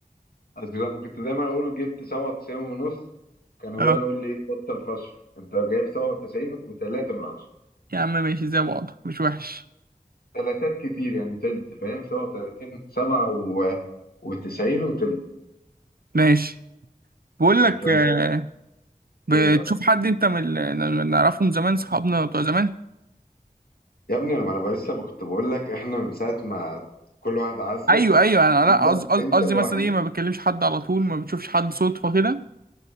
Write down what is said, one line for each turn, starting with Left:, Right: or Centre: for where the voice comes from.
Left: أصل لما كنت دايما أقول جبت سبعة وتسعين ونص كان أبويا
Right: اه
Left: يقول لي إيه بطل فشل أنت جايب سبعة وتسعين وتلاتة من عشرة
Right: يا عم ماشي زي بعض مش وحش
Left: تلاتات كتير يعني تلت فاهم سبعة وتلاتين سبعة و- وتسعين وتلت
Right: ماشي بقول
Left: ذكريات
Right: لك آه، بتشوف
Left: إيه يا قلب.
Right: حد انت من اللي نعرفه من زمان صحابنا بتوع زمان
Left: يا ابني أنا ما أنا لسه كنت بقول لك إحنا من ساعة ما كل واحد عزل
Right: ايوه ايوه انا لا
Left: أنت
Right: قصدي قصدي
Left: أنت
Right: قصدي
Left: الوحيد
Right: مثلا ايه ما بتكلمش حد على طول ما بتشوفش حد صدفه كده